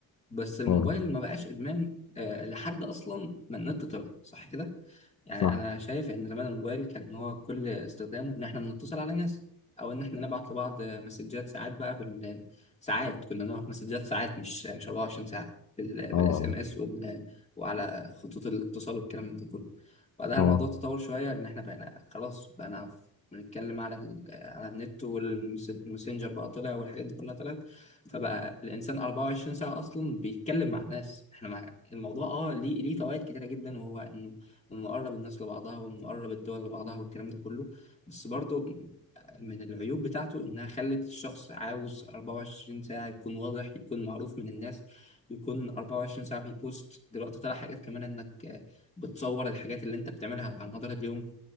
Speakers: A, on the left; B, on the left.
A: بس الموبايل
B: اه
A: ما بقاش ادمان آه، لحد اصلا ما النت طلع صح كده يعني
B: صح
A: انا شايف ان زمان الموبايل كان هو كل استخدامه ان احنا بنتصل على ناس او ان احنا نبعت لبعض مسجات ساعات بقى بال ساعات كنا نبعت مسجات ساعات مش مش 24 ساعه بال
B: اه
A: بالاس ام اس وال... وعلى خطوط الاتصال والكلام من ده كله بعدها
B: اه
A: الموضوع
B: آه.
A: تطور شويه ان احنا بقينا خلاص بقينا بنتكلم على ال... على النت والماسنجر بقى طلع والحاجات دي كلها طلعت فبقى الانسان 24 ساعه اصلا بيتكلم مع الناس احنا مع الموضوع اه ليه ليه فوائد كتيره جدا وهو انه انه قرب الناس لبعضها وانه قرب الدول لبعضها والكلام ده كله بس برضو من العيوب بتاعته انها خلت الشخص عاوز 24 ساعه يكون واضح يكون معروف من الناس يكون 24 ساعه بيبوست دلوقتي طلع حاجات كمان انك آه، بتصور الحاجات اللي انت بتعملها على مدار اليوم